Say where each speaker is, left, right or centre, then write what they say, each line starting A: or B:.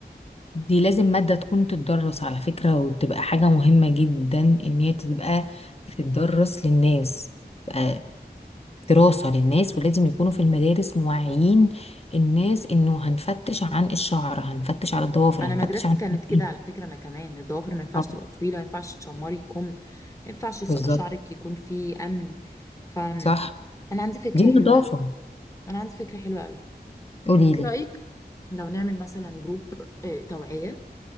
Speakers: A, on the left; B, on the left.
A: دي لازم مادة تكون تتدرس على فكرة وتبقى حاجة مهمة جدا إن هي تبقى تتدرس للناس تبقى دراسة للناس ولازم يكونوا في المدارس موعيين الناس إنه هنفتش عن الشعر هنفتش على الضوافر
B: انا
A: هنفتش
B: مدرستي
A: عن
B: كانت كده
A: إيه
B: على فكره انا كمان الضوافر ما ينفعش
A: طبعا
B: تبقى طويله ما ينفعش تشمري الكم ما ينفعش س-
A: بالظبط
B: شعرك يكون فيه امل ف انا
A: صح
B: عندي فكره
A: دي
B: حلوه
A: نظافة
B: قوي انا عندي فكره حلوه قوي
A: قوليلي
B: ايه رايك لو نعمل مثلا جروب آه، توعيه